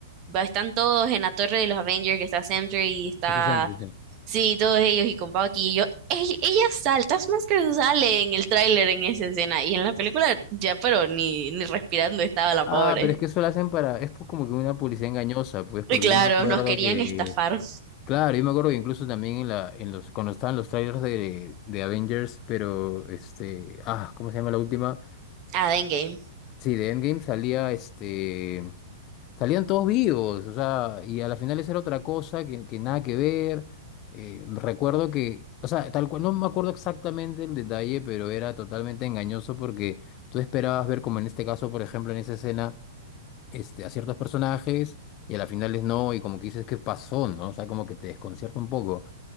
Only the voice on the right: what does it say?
va- están todos en la torre de los Avengers, que está Sentry y está,
sí, todos ellos y con Bucky y yo, "Ey, ella, sale, Taskmaster sale en el tráiler en esa escena y en la película ya, pero ni, ni respirando estaba la pobre.
Y claro,
nos querían
estafar.
Ah, dengue.